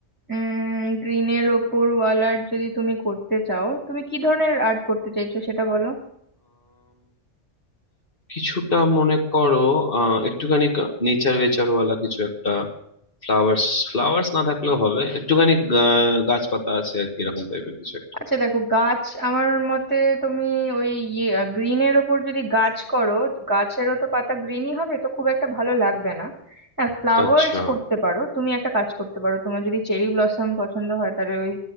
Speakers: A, on the right (about 15°); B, on the left (about 50°).
A: উম গ্রিনের ওপর ওয়াল আর্ট যদি তুমি করতে চাও তুমি কি ধরনের আর্ট করতে চাইছো সেটা বলো
B: কিছুটা মনে করো আহ একটুখানি নেচার ওয়েচার ওয়ালা কিছু একটা ফ্লাওয়ার্স ফ্লাওয়ার্স না থাকলেও হবে একটুখানি গা- গাছপাতা আছে আর কি এরকম টাইপের কিছু একটা
A: আচ্ছা দেখো গাছ আমার মতে তুমি ওই ইয়ে গ্রিনের ওপর যদি গাছ করো তো গাছেরও তো পাতা গ্রিনই হবে তো খুব একটা ভালো লাগবে না হ্যাঁ ফ্লাওয়ার্স
B: আচ্ছা
A: করতে পারো তুমি একটা কাজ করতে পারো তোমার যদি চেরি ব্লসম পছন্দ হয় তাহলে ওই